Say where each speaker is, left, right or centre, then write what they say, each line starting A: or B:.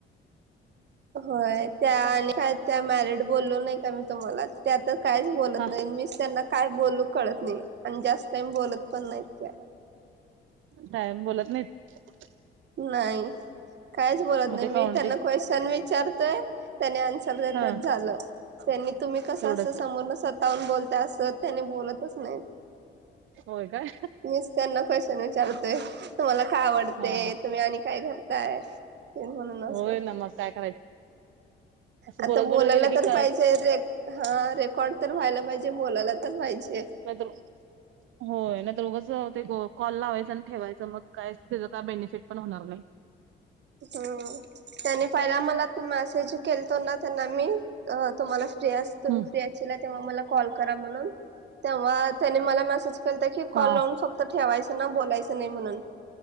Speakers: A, on the right; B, on the right.
A: होय, त्या आणि काय त्या मॅरिड बोललो नाही का मी तुम्हाला त्या तर काहीच बोलत
B: हा
A: नाही, मीच त्यांना काय बोलू कळत नाही? आणि जास्त टाईम बोलत पण नाहीत त्या.
B: टायम बोलत नाहीत.
A: नाही, काहीच बोलत
B: मग
A: नाही,
B: ते
A: मी
B: काउंटिंग
A: त्यांना क्वेशचन विचारते त्यानी आ सर देत्यात
B: हा
A: झालं, त्यांनी तुम्ही कसं
B: तेवढंच
A: असं समोरनं स्वतःहून बोलताय अस‌ सर त्या नीट बोलतच नाहीत.
B: होय काय.
A: मीच त्यांना क्वेश्चन विचारतोय तुम्हाला काय आवडते?
B: हा
A: तुम्ही आणि काय करताय? ते म्हणून अस.
B: होय ना मग काय करायचं? असं
A: आता
B: बोलत
A: बोलायला
B: बोलत गेलं की
A: तर
B: कळत
A: पाहिजे हा रेकॉर्ड तर व्हायला पाहिजे बोलायला तर पाहिजे.
B: नाही तर होय नाही तर उगाच ते कॉल लावायचं आणि ठेवायचं मग काय त्याचं काय बेनिफिट पण होणार नाही.
A: हम्म त्यानी पहिला मला त मेसेज केलतो ना त्यांना मी तुम्हाला तेच तुम्ही
B: हम्म
A: फ्री असल्यावर मला कॉल करा म्हणून तेव्हा त्यांनी मला त्याचा कॉल
B: हा
A: लावून फक्त ठेवायचं ना बोलायचं नाही म्हणून